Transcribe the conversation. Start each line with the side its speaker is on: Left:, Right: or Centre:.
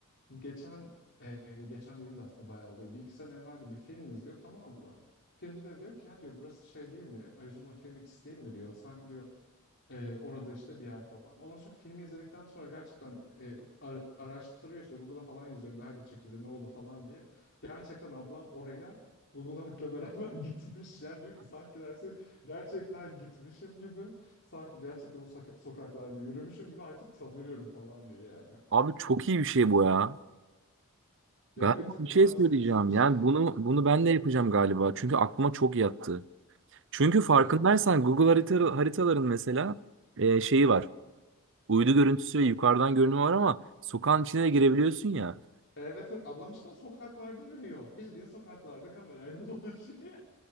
Left: Geçen e, geçen dediğimde aslında bayağı oluyor. Bir iki sene evvel de bir film izliyor tamam mı? Filmde de diyor ki ya diyor burası şey değil mi? Arizona Phoenix değil mi diyor. Sanki diyor "e, orada işte bir yer falan. Ondan sonra filmi izledikten sonra gerçekten e, ar- araştırıyor işte Google'a falan yazıyor nerede çekildi ne oldu falan diye. Gerçekten ablam oraya Google Earth'le beraber <laughs> gitmiş. Yani diyor ki sanki dersin gerçekten gitmişim gibi. Sanki gerçekten o soka- sokaklarda yürümüşüm gibi artık tanıyorum falan diyor yani.
Right: abi çok iyi bir şey bu ya.
Left: Ya
Right: Galiba
Left: evet
Right: bir
Left: maalesef
Right: şey söyleyeceğim.
Left: bizim şey
Right: Yani bunu bunu ben
Left: e,
Right: de yapacağım galiba. Çünkü aklıma çok yattı. Çünkü farkındaysan
Left: e,
Right: Google harita, haritaların mesela e, şeyi var. Uydu görüntüsü ve yukarıdan görünümü var ama sokağın içine de girebiliyorsun ya.
Left: Evet evet ablam işte o sokaklarda yürüyor. Bildiğin sokaklarda kamerayla <laughs> dolaşıyor.